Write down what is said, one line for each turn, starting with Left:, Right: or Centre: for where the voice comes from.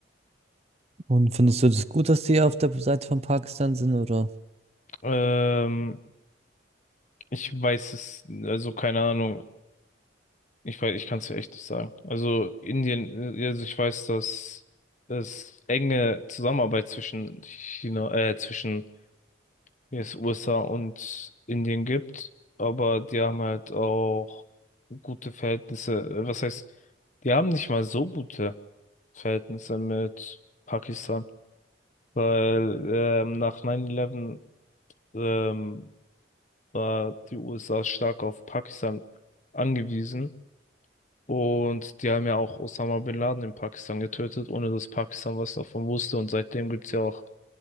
Right: Und findest du das gut, dass die auf der Seite von Pakistan sind, oder?
Left: Ähm, Ich weiß es, also keine Ahnung. Ich weiß, ich kann es echt nicht sagen. Also Indien, äh, also ich weiß, dass es enge Zusammenarbeit zwischen China, äh, zwischen jetzt USA und Indien gibt, aber die haben halt auch gute Verhältnisse. Äh, Was heißt, die haben nicht mal so gute Verhältnisse mit Pakistan, weil ähm, nach 9/11 ähm, war die USA stark auf Pakistan angewiesen. Und die haben ja auch Osama Bin Laden in Pakistan getötet, ohne dass Pakistan was davon wusste. Und seitdem gibt's ja auch,